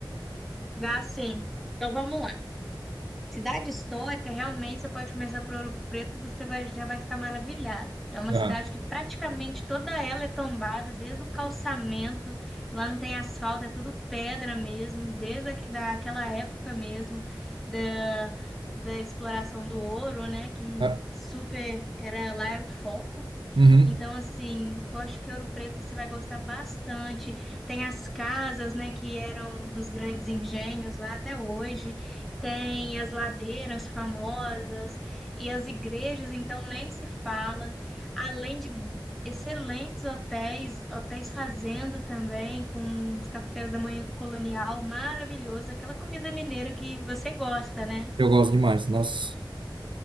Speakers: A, in the centre; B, on the right.
A: Dá sim. Então vamos lá. Cidade histórica, realmente você pode começar por Ouro Preto e você vai, já vai ficar maravilhado. É uma
B: Aham.
A: cidade que praticamente toda ela é tombada, desde o calçamento, lá não tem asfalto, é tudo pedra mesmo, desde aqui- daquela época mesmo da, da exploração do ouro, né? Que
B: Ah,
A: super era lá era o foco.
B: uhum.
A: Então, assim, eu acho que Ouro Preto você vai gostar bastante. Tem as casas, né, que eram dos grandes engenhos lá até hoje. Tem as ladeiras famosas e as igrejas, então nem se fala. Além de excelentes hotéis, hotéis fazenda também, com os cafés da manhã colonial, maravilhoso, aquela comida mineira que você gosta, né?
B: Eu gosto demais, nossa.